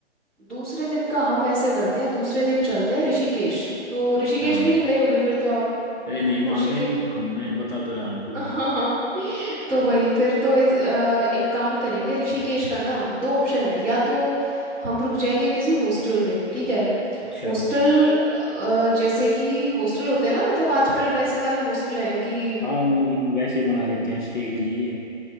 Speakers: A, in the centre; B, on the left.
A: दूसरे दिन का हम ऐसे करते हैं दूसरे दिन चलते हैं ऋषिकेश तो ऋषिकेश
B: हाँ
A: भी नहीं गए होगे फिर तो आप
B: अरे नहीं वहाँ
A: ऋषिकेश
B: गए ही कहूँ मैं बता दो रहा आपको
A: <laughs> हाँ हाँ तो वही
B: ये-
A: फिर तो इस, अ, एक काम करेंगे ऋषिकेश का ना दो ऑप्शन है या तो हम रुक जाएंगे किसी हॉस्टल पे ठीक है
B: अच्छा
A: हॉस्टल अ, जैसे कि हॉस्टल होते हैं ना मतलब आजकल वैसे वाले हॉस्टल हैं कि
B: हाँ वो वैसे बना देते हैं स्टे के लिए